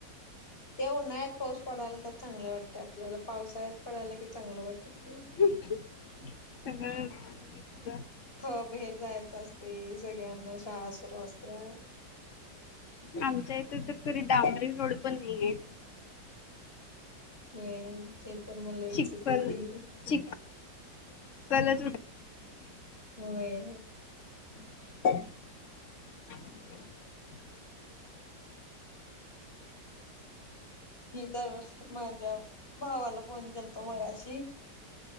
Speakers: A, on the left; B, on the left.
A: ते उन्हाळ्यात पाऊस पडाल तर चांगलं वाटतं आपल्याला पाऊसळ्यात पडाल की चांगलं वाटत नाही.
B: सगळंच.
A: थ बहेर जायचं असते सगळ्यांना शाळा सुरू असते्या.
B: आमच्या इथे तर तरी डांबरी रोड पण नाहीए.
A: होय ते तर म लईच
B: चिखल
A: होते कीं नाई.
B: <unintelligible>
A: होय.
B: रिकामा ऑडिओ
A: मी तर माझ्या भावाला फोन केलतो मगाशी.